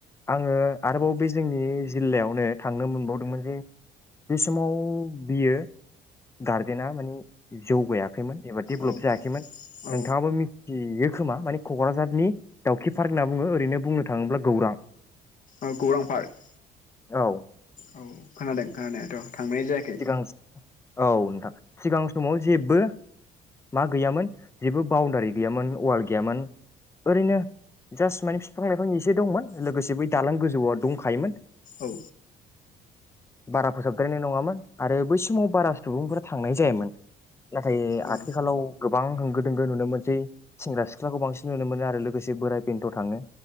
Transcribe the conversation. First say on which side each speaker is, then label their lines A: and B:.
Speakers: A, on the left; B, on the left.
A: आङो आरोबाव बे जोंनि जिल्लायावनो थांनो मोनबावदोंमोन जे बे समाव बियो गार्देना मानि जौगायाखैमोन एबा डेभेलप
B: औ
A: जायाखैमोन
B: औ
A: नोंथाङाबो मिथियो खोमा माने कक्राझारनि दाउखि पार्क होनना बुङो ओरैनो बुंनो थाङोब्ला गौरां
B: औ गौरां पार्क
A: औ।
B: औ खोनादों खोनानायाथ'। थांनाय जायाखै।
A: सिगां औ नोंथां सिगां समाव जेबो मा गैयामोन जेबो बाउण्डारि गैयामोन वाल गैयामोन ओरैनो जास्ट माने बिफां-लाइफां एसे दंमोन लोगोसे बै दालां गोजौआ दंखायोमोन।
B: औ।
A: बारा फोसाबद्रायनाय नङामोन। आरो बै समाव बारा सुबुंफोरा थांनाय जायामोन नाथाय
B: औ
A: आथिखालाव गोबां होंगो दोंगो नुनो मोनसै सेंग्रा-सिख्लाखौ बांसिन नुनो मोनो आरो लोगोसे बोराय बेन्थ' थाङो